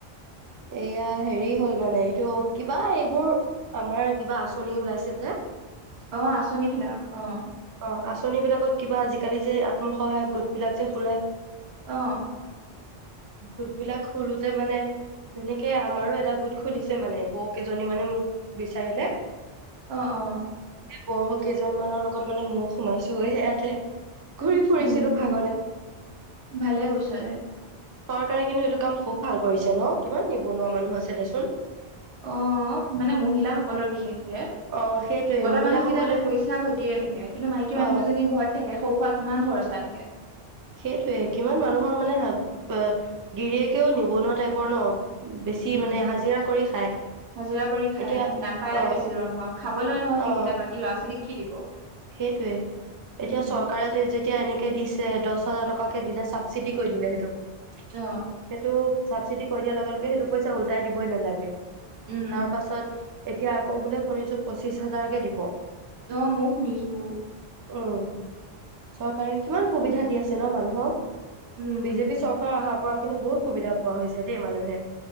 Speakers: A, on the right (about 35°); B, on the right (about 80°).
A: এয়া হেৰি হ'ল মানে এইটো কিবা এইবোৰ আমাৰ কিবা আঁচনি ওলাইছে যে
B: অহ আচঁনি বিলাক অহ
A: অ আঁচনি বিলাকত কিবা আজিকালি যে আত্মসহায়ক গোট বিলাক যে খোলে।
B: অহ
A: গোট বিলাক খোলোতে মানে তেনেকে আমাৰো এটা গোট খুলিছে মানে বৌ কেইজনী মানে মোক বিচাৰিলে
B: অহ অ
A: বৌ কেইজনী মানৰ লগত মানে ময়ো সোমাইছো গৈ সেয়াতে ঘূৰি ফুৰিছিলো
B: উম
A: ভাগৰ
B: ভালে
A: <inaudible>
B: কৈছ দে
A: চৰকাৰে কিন্তু এইটো কাম খুব ভাল কৰিছে ন। কিমান নিবনুৱা মানুহ আছে দেচোন।
B: অ, মানে মহিলাসকলৰ বিশেষকে
A: অ সেইটোয়ে
B: মতা
A: মহিলাসকলে
B: মানুহ কেইটাইটো পইচা ঘটিয়ে থাকে, কিন্তু মাইকী
A: অ
B: মানুহকেইজনী ঘৰত থাকে সৰু-সুৰা কিমান খৰচা থাকে।
A: সেইটোৱে, কিমান মানুহৰ মানে গিৰিয়েকেও নিবনুৱা টাইপৰ ন বেছি
B: উম
A: মানে হাজিৰা কৰি খায়,
B: হাজিৰা কৰি খাই
A: এতিয়া
B: নাপায়
A: অ-অ
B: বেছি দৰমহা খাবলৈ নহয় সেইকেইটা বাকী ল'ৰা ছোৱালীক কি দিব
A: সেইটোৱে, এতিয়া
B: উম
A: চৰকাৰে যেতিয়া এনেকে দিছে দহ দহ হাজাৰ টকাকে দিলে, চাবচিডি কৰি দিলে সেইটো সেইটো
B: অ
A: চাবচিডি কৰি দিয়াৰ লগে-লগে, সেইটো পইচা উলটাই দিবই নালাগে।
B: উম
A: তাৰ পাছত এতিয়া আকৌ বোলে শুনিছোঁ, পঁচিশ হাজাৰকে দিব।
B: অ, মইও শুনিছো।
A: উম, চৰকাৰে কিমান সুবিধা দি আছে? ন মানুহক
B: উম
A: বিজেপি চৰকাৰ অহাৰ পৰা কিন্তু, বহুত সুবিধা পোৱা হৈছে দেই মানুহে।